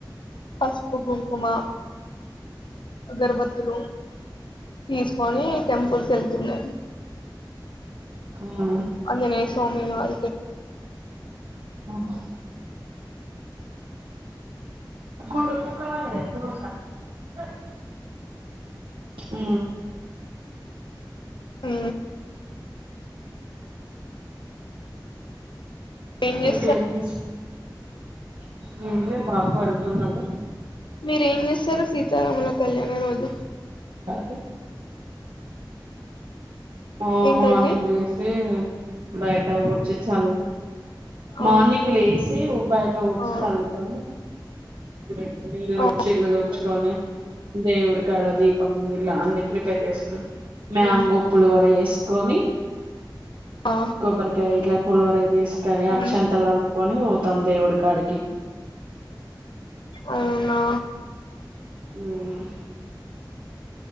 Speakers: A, on the left; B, on the right.
A: పసుపు కుంకుమా అగరబత్తులు తీసుకొనీ టెంపుల్ కి వెళ్తున్నాం.
B: ఉమ్
A: ఆంజనేయ స్వామివార్
B: ఆహా గుండు కుక్క <unintelligible> ఊ
A: ఊ ఏం చేస్తారు
B: ఇంకేం చేస్ <inaudible> ఏం లేదు బాగా పడుకున్నాను.
A: రేంజేస్ సరే సీతారాముల కళ్యాణ రోజు
B: థంయూ ఆ
A: ఏంటండి
B: మార్నింగ్ లేసీ బయట్ ట ఊడ్చి ఛల్లి
A: ఆ
B: మార్నింగ్ లేసి బయట ఊడ్చి
A: ఆ
B: ఛల్లుకొని. <unintelligible>
A: ఆ,
B: నే దేవుడి కాడ దీపం ఇట్లా అన్ని ప్రిపేర్ చేసుకు మ్యాంగో
A: ఉమ్,
B: త్వర వేసుకొని
A: ఆ,
B: కొబ్బరికాయ ఇట్లా పులివర తీసుకని అక్షంతాలు
A: ఉమ్,
B: కలుపుకొని పో. తందేవుడు కాడకి
A: అవునా
B: ఉమ్